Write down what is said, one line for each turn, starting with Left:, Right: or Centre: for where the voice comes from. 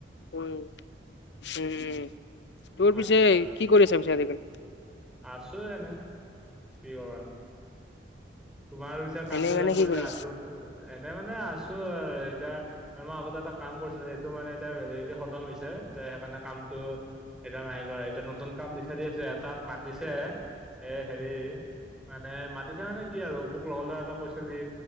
Left: উম উম উম তোৰ পিছে
Centre: আচ্ছা
Left: কি কৰি আছে পিছে আজিকালি
Centre: আছো এনেই কিয় বা নো তোমাৰ পিছে কামটো
Left: এনেই মানে
Centre: জৰেন্ট
Left: কি
Centre: কৰিলা
Left: কৰি
Centre: তো এনে মানে আছোঁ এতিয়া মই আগতে এটা কাম কৰিছিলোঁ সেইটো মানে এতিয়া সে খতম হৈছে এতিয়া যে সেইকাৰণে কামটো এতিয়া নাই কৰা এতিয়া নতুন কাম বিচাৰি আছো এটাত মাতিছে এ হেৰি মানে মাতিছে মানে কি আৰু মোক লগৰ লৰাএটা কৈছিল সি